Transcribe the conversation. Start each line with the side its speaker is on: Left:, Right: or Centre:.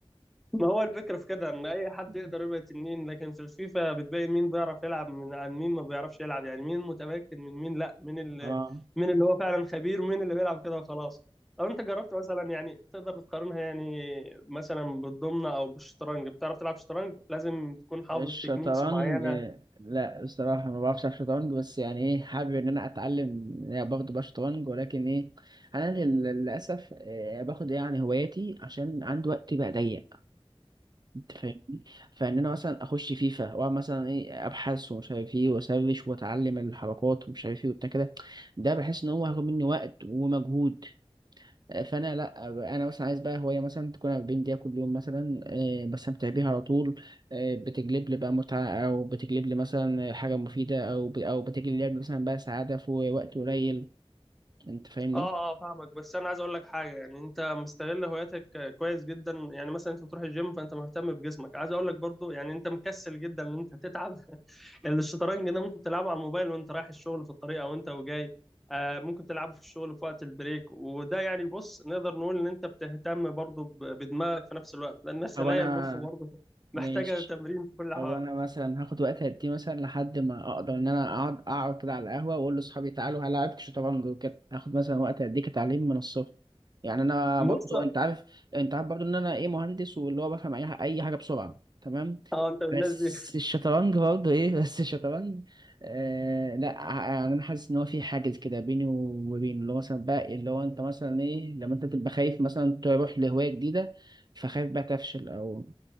Centre: ما هو الفكرة في كده إن أي حد
Right: <laughs>
Centre: يقدر يبقى تنين لكن في الفيفا بتبين مين بيعرف يلعب من عن مين ما بيعرفش يلعب يعني مين متمكن من مين لأ مين اللي
Right: اه
Centre: مين اللي هو فعلا خبير ومين اللي بيلعب كده وخلاص لو أنت جربت مثلا يعني تقدر تقارنها يعني مثلا بالضمنة أو بالشطرنج بتعرف تلعب شطرنج لازم تكون حافظ
Right: الشطرنج
Centre: تكنيكس معينة
Right: لا الصراحة ما بعرفش ألعب شطرنج بس يعني ايه حابب ان انا اتعلم برضه بقى شطرنج ولكن ايه انا لل- للاسف آه، باخد يعني هواياتي عشان عندي وقت بقى ضيق انت فاهمني فان انا مثلا اخش فيفا واقعد مثلا ايه ابحث ومش عارف ايه واسرش واتعلم الحركات ومش عارف ايه وبتاع كده ده بحس ان هو هياخد مني وقت ومجهود فانا لا انا مثلا عايز بقى هوايه مثلا تكون 40 دقيقه كل يوم مثلا آه، بستمتع بيها على طول آه، بتجلب لي بقى متعه او بتجلب لي مثلا حاجه مفيده او ب- او بتجلب لي مثلا بقى سعاده في وقت قليل انت فاهمني
Centre: اه اه فاهمك بس انا عايز اقول لك حاجه يعني انت مستغل هواياتك كويس جدا يعني مثلا انت بتروح الجيم فانت مهتم بجسمك عايز اقول لك برضو يعني انت مكسل جدا ان انت تتعب <laughs> يعني الشطرنج ده ممكن تلعبه على الموبايل وانت رايح الشغل في الطريق او انت وجاي آه ممكن تلعبه في الشغل في وقت البريك وده يعني بص نقدر نقول ان انت بتهتم برضو ب- بدماغك في نفس الوقت لان خلايا
Right: او انا
Centre: المخ برضو <laughs> محتاجه
Right: ماشي
Centre: تمرين في كل الاحوال
Right: طب انا مثلا هاخد وقت قد ايه مثلا لحد ما اقدر ان انا اقعد اقعد كده على القهوه واقول لاصحابي تعالوا هلعبك شطرنج وكده هاخد مثلا وقت قد ايه كتعليم من الصفر يعني انا
Centre: بص
Right: برضو انت عارف انت عارف برضو ان انا ايه مهندس واللي هو بفهم اي ح- اي حاجه بسرعه تمام
Centre: اه انت من الناس
Right: بس
Centre: دي
Right: الشطرنج برضو ايه <laughs> بس الشطرنج آه لا ع- يعني انا حاسس ان هو في حاجز كده بيني وبين اللي هو مثلا بقى اللي هو انت مثلا ايه لما انت تبقى خايف مثلا تروح لهوايه جديده فخايف بقى تفشل او